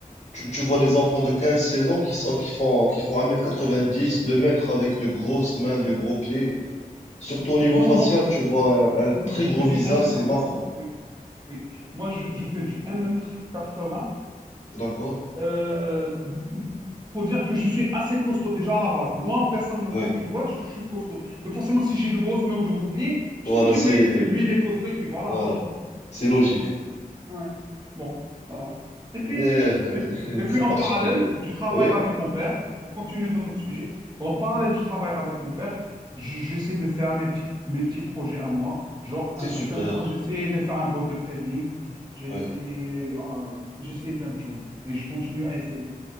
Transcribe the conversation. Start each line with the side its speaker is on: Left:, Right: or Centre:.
Left: tu, tu vois des enfants de quinze, seize ans qui sont, qui font, qui font un mètre quatre-vingt-dix, deux mètres avec de grosses mains, de gros pieds. Surtout
Right: mm.
Left: au niveau
Right: non,
Left: facial,
Right: moi,
Left: tu vois un, un très
Right: moi, je
Left: gros
Right: fais
Left: visage,
Right: du 1m80.
Left: c'est marquant.
Right: Oui, oui. Moi, je, je fais du 1m80
Left: D'accord?
Right: Euh, pour dire que je suis assez costaud déjà à la base. Moi, personnellement,
Left: Oui.
Right: quand tu me vois, je suis costaud. Donc forcément, si j'ai de grosses mains ou de gros pieds, tu
Left: Voilà,
Right: te dis,
Left: c'est,
Right: oui, c'est lui, il est costaud, et puis voilà,
Left: voilà.
Right: c'est tout.
Left: C'est logique.
Right: Ouais. Bon, voilà. Et puis,
Left: Mais <laughs>
Right: et, et
Left: c'est
Right: puis en
Left: particulier.
Right: parallèle du travail
Left: Oui,
Right: avec mon père, pour continuer dans notre sujet, en parallèle du travail avec mon père, je- j'essaie de faire mes petits, mes petits projets à moi. Genre,
Left: c'est
Right: à un certain
Left: super.
Right: moment, j'ai essayé de faire un bot de trading. J'ai
Left: Oui.
Right: essayé, euh, j'ai essayé plein de choses. Et je continue à essayer.